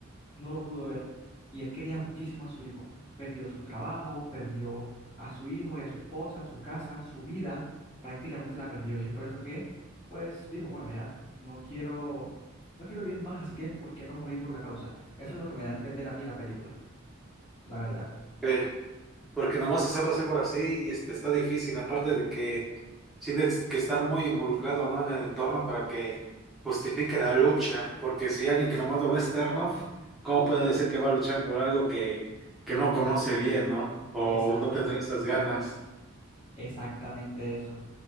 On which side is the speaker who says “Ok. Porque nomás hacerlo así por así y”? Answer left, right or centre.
Centre